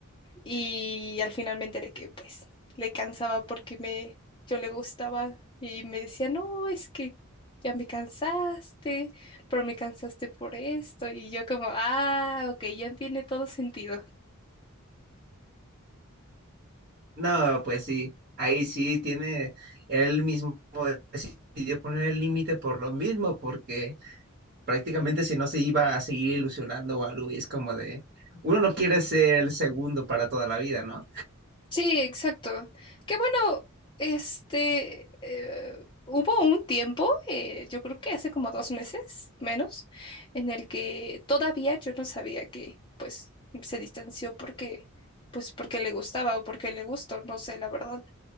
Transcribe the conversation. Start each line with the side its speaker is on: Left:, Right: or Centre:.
Left: Y al final me enteré que pues le cansaba porque me, yo le gustaba y me decía, no, es que ya me cansaste, pero me cansaste por esto. Y yo como, ah, ok, ya tiene todo sentido.
Right: No, pues sí, ahí sí tiene él mismo decidió poner el límite por lo mismo, porque prácticamente si no se iba a seguir ilusionando o algo, y es como de, uno no quiere ser el segundo para toda la vida, ¿no?
Left: Sí, exacto. Qué bueno, este, eh, hubo un tiempo, eh, yo creo que hace como dos meses, menos, en el que todavía yo no sabía que, pues, se distanció porque, pues, porque le gustaba o porque le gustó, no sé, la verdad.